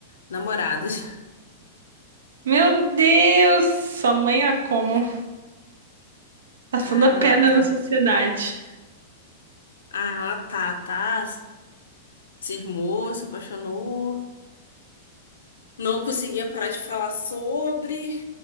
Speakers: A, on the left (about 70°); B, on the right (about 65°).
A: namoradas. <laughs>
B: Meu Deus, sua mãe é como? Passando
A: Ah,
B: a
A: ela
B: perna
A: tá.
B: na sociedade.
A: Ah, ela tá, tá. Cismou, se apaixonou. Não conseguia parar de falar sobre.